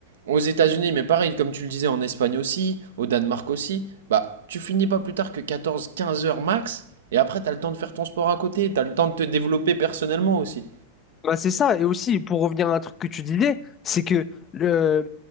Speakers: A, on the right; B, on the left.
A: aux États-Unis, mais pareil, comme tu le disais, en Espagne aussi, au Danemark aussi, bah, tu finis pas plus tard que 14-15 heures max, et après, t'as le temps de faire ton sport à côté, t'as le temps de te développer personnellement aussi.
B: Bah, c'est ça. Et aussi, pour revenir à un truc que tu disais, c'est que le,